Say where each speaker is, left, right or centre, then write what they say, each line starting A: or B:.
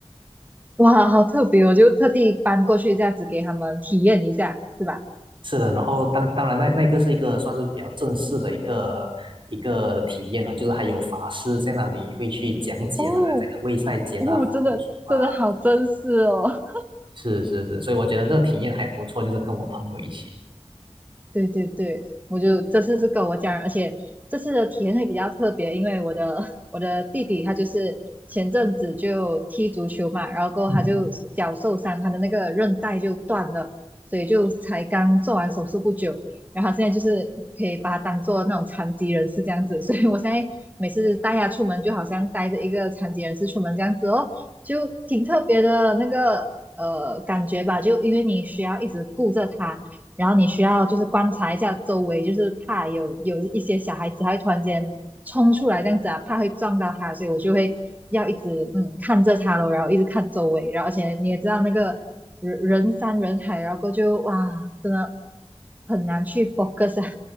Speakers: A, on the right; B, on the right.
A: 哇，好特别哦！就特地搬过去这样子给他们体验一下，是吧？
B: 是的，然后当当然那那个是一个算是比较正式的一个一个体验了，就是还有法师在那里会去讲解了
A: 哦
B: <laughs> 这个卫赛节啦、
A: 哦，真的真的好真实哦。
B: 佛祖啊，是是是，所以我觉得这个体验还不错，就是跟我朋友一起。
A: 对对对，我就这次是跟我家人，而且这次的体验会比较特别，因为我的 <laughs> 我的弟弟他就是前阵子就踢足球嘛，然后过后他就脚受伤，
B: 嗯。
A: 他的那个韧带就断了，所以就才刚做完手术不久，然后他现在就是可以把他当做那种残疾人士这样子，所以我现在每次带他出门就好像带着一个残疾人士出门这样子哦，就挺特别的那个呃感觉吧，就因为你需要一直顾着他。然后你需要就是观察一下周围，就是怕有有一些小孩子他会突然间冲出来这样子啊，怕会撞到他，所以我就会要一直嗯看着他咯，然后一直看周围，然后而且你也知道那个人人山人海，然后后就哇，真的很难去 focus 啊。